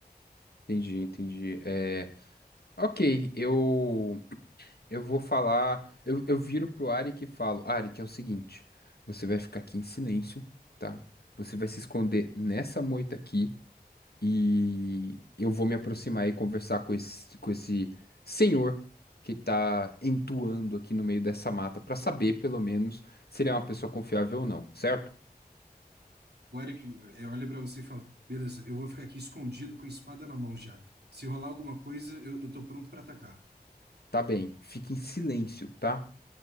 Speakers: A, on the left; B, on the right.
A: Entendi, entendi. É, ok, eu eu vou falar. Eu, eu viro pro Arik e falo: Arik, é o seguinte, você vai ficar aqui em silêncio, tá? Você vai se esconder nessa moita aqui. e eu vou me aproximar e conversar com esse, com esse senhor que está entoando aqui no meio dessa mata para saber, pelo menos, se ele é uma pessoa confiável ou não, certo?
B: O Eric eh, olha para você e fala: Beleza, eu vou ficar aqui escondido com a espada na mão já. Se rolar alguma coisa, eu, eu tô pronto para atacar.
A: Tá bem, fique em silêncio, tá?